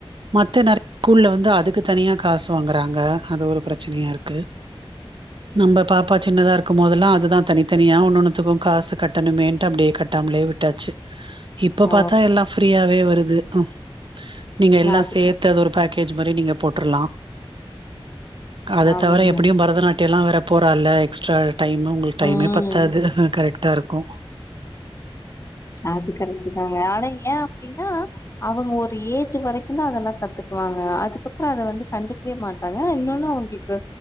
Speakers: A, on the right; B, on the left.
A: மத்த நெற கூல்ல வந்து அதுக்கு தனியா காசு வாங்கறாங்க அது ஒரு பிரச்சனையாருக்கு நம்ப பாப்பா சின்னதா இருக்கும் மோதெல்லா அதுதா தனித்தனியா ஒன்னொன்னுத்துக்கு காசு கட்டணுமேன்ட்டு அப்டியேக் கட்டாம்லே விட்டாச்சு இப்ப
B: ஆ
A: பாத்தா எல்லா ஃப்ரீயாவே வருது அ நீங்க எல்லா
B: அதுதா
A: சேத்து அது ஒரு கேஜூ மாரியே நீங்க போட்ரலா அதத்
B: ஆமாங்க
A: தவர எப்புடியும் பரதநாட்டியல்லா வேறப் போறா இல்ல எக்ஸ்ட்ரா டைமு உங்குள் டைமே
B: ம்
A: பத்தாது கரெக்ட்டா இருக்கு
B: அது கரெக்ட்டுதாங்க ஆனா ஏ அப்டினா அவுங்க ஒரு ஏஜூ வரைக்குந்தா அதெல்லா கத்துக்வாங்க அதுக்கப்றோ அத வந்து கண்டுக்வே மாட் ட்டாங்க இன்னொன்னு அவுங்ளுக்கு